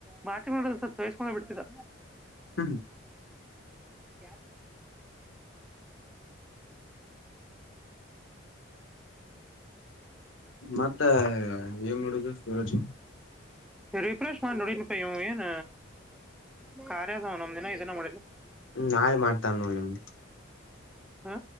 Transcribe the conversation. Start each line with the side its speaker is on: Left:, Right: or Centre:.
Centre: ಹ್ಮ. <unintelligible> ತೊಯ್ಸ್ಕೊಂಡ ಬಿಡ್ತಿದ್ದ.
Left: ಹ್ಮ.
Centre: <unintelligible> <unintelligible>
Left: ಮತ್ತ ಏನ್ ಮಾಡುದು ಸೂರಜ್
Centre: ರಿಫ್ರೆಶ್ ಮಾಡಿ ನೋಡಿದ್ನಪಾ ಇವ ಏನ್ ಕಾರ್ಯದಾವ ನಮ್ಧಿನು ಇದನ್ನ ಮಾಡಿಲ್ಲ.
Left: ಹ್ಮ ನಾಳೆ ಮಾಡ್ತಾನ ನೋಡ್ ನಿಮ್ದು.
Centre: ಹಾ